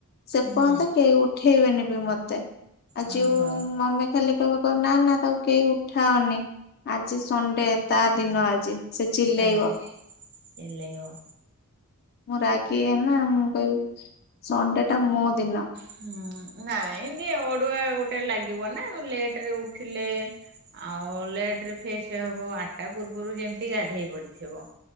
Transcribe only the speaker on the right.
ହୁଁ
ଓହୋ
ତାନ୍ତ ଏଲୟୋ ହବ
ହୁଁ ନାଇଁ ଏମିତି ଅଡୁଆ ଗୋଟେ ଲାଗିବ ନା ଲେଟରେ ଉଠିଲେ। ଆଉ ଲେଟ ରେ ଫେ ସେ ହବ ଆଠଟା ପୂର୍ବରୁ ଯେମିତି ଗାଧେଇ ପଡିଥିବ